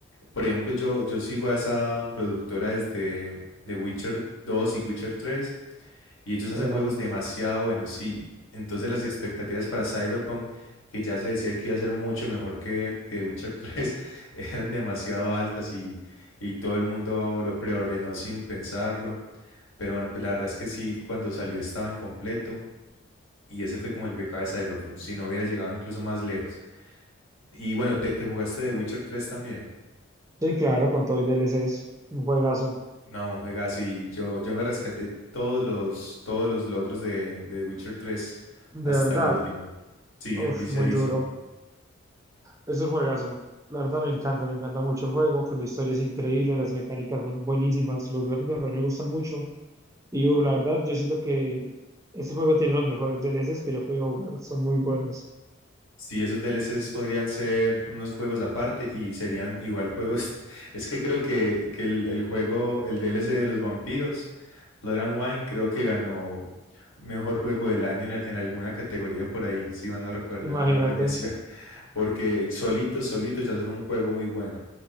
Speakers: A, on the left (about 75°); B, on the right (about 15°).
A: por ejemplo, yo, yo sigo a esa productora desde The Witcher dos y Witcher tres. Y ellos hacen
B: juegazos.
A: juegos demasiado buenos, sí. Entonces las expectativas para Cyberpunk, que ya se decía que iba a ser mucho mejor que The Witcher tres, <laughs> eran demasiado altas y, y todo el mundo lo preordenó sin pensarlo. Pero bueno, pues la verdad es que sí, cuando salió estaba incompleto. Y ese fue como el pecado de Cyberpunk, si no hubiera llegado incluso más lejos. Y bueno, te, te jugaste The Witcher tres también.
B: Sí, claro, con todo y DLCs, un juegazo,
A: No, un juegazo y yo, yo me rescaté todos los, todos los logros de, de The Witcher tres
B: de
A: hasta
B: verdad,
A: el último. Sí,
B: uf,
A: empiciadísimo.
B: muy duro, es un juegazo, la verdad me encanta, me encanta mucho el juego, pues la historia es increíble, las mecánicas son buenísimas, los gráficos también me gustan mucho, y uf, la verdad yo siento que ese juego tiene los mejores DLCs que yo he podido jugar, son muy buenos,
A: Sí, esos DLCs podrían ser unos juegos aparte y serían igual juegos. de- <laughs> Es que creo que, que el, el juego, el DLC de los vampiros, Blood and Wine, creo que ganó mejor juego del año en, al- en alguna categoría por ahí, si mal no recuerdo,
B: imagínate,
A: en alguna premiación. <laughs> Porque solitos, solitos ya son un juego muy bueno.